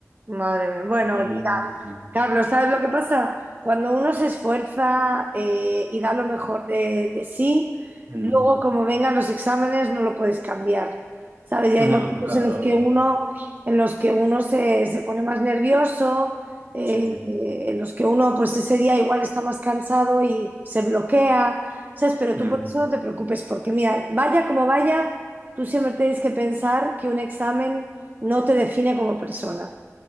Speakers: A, on the right (about 35°); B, on the right (about 55°).
A: Madre mía. Bueno,
B: Y
A: mira,
B: mm,
A: Carlos, ¿sabes lo que pasa? Cuando uno se esfuerza eh, y da lo mejor de, de sí,
B: mm,
A: luego como vengan los exámenes no lo puedes cambiar, ¿sabes? Y
B: no,
A: hay momentos
B: claro,
A: en los que
B: obvio.
A: uno, en los que uno se, se pone más nervioso, eh,
B: Sí.
A: eh, en los que uno pues ese día igual está más cansado y se bloquea, ¿sabes? Pero tú
B: Mm,
A: por eso no te preocupes, porque mira, vaya como vaya, tú siempre tienes que pensar que un examen no te define como persona.